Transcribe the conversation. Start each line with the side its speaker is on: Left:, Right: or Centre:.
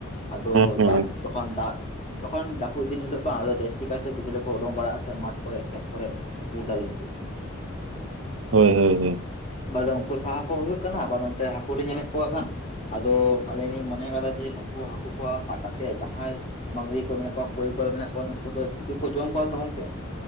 Left: ᱟᱫᱚ
Right: ᱦᱮᱸ ᱦᱮᱸ
Left: ᱫᱟᱜ ᱡᱚᱠᱷᱚᱱ ᱫᱟᱜ ᱛᱚᱠᱷᱚᱱ ᱡᱟᱹᱯᱩᱫ ᱫᱤᱱ ᱦᱤᱞᱚᱜ ᱵᱟᱝ ᱫᱚ ᱡᱟᱹᱥᱛᱤ ᱠᱟᱭᱛᱮ ᱠᱩᱪᱞᱟᱹ ᱠᱚ ᱩᱰᱩᱠ ᱵᱟᱲᱟᱜ-ᱟ ᱥᱮ ᱢᱟᱴᱷ ᱠᱚᱨᱮ ᱠᱷᱮᱛ ᱠᱚᱨᱮ ᱵᱩᱡᱽ ᱮᱫᱟ ᱵᱤᱱ ᱛᱚ ᱾
Right: ᱦᱚᱭ ᱦᱚᱭ ᱦᱚᱭ
Left: ᱟᱫᱚ ᱩᱱᱠᱩ ᱥᱟᱦᱟ ᱠᱚ ᱦᱩᱭᱩᱜ ᱠᱟᱱᱟ ᱟᱨ ᱱᱚᱛᱮ ᱦᱟᱹᱠᱩ ᱞᱤᱧ ᱧᱟᱢᱮᱫ ᱠᱚᱣᱟ ᱠᱷᱟᱱ ᱾ ᱟᱫᱚ ᱟᱹᱞᱤᱧ ᱞᱤᱧ ᱢᱚᱱᱮ ᱟᱠᱟᱫᱟ ᱡᱮ ᱱᱩᱠᱩ ᱦᱟᱹᱠᱩ ᱠᱚ ᱥᱟᱵ ᱠᱟᱛᱮᱜ ᱡᱟᱦᱟᱸᱭ ᱢᱟᱹᱜᱽᱨᱤ ᱠᱚ ᱢᱮᱱᱟᱜ ᱠᱚᱣᱟ ᱠᱷᱚᱭ ᱠᱚᱨᱮ ᱢᱮᱱᱟᱜ ᱠᱚᱣᱟ ᱱᱩᱠᱩ ᱫᱚ ᱫᱤᱠᱩ ᱠᱚ ᱡᱚᱢ ᱠᱚᱣᱟ ᱛᱚ ᱜᱚᱢᱠᱮ ᱾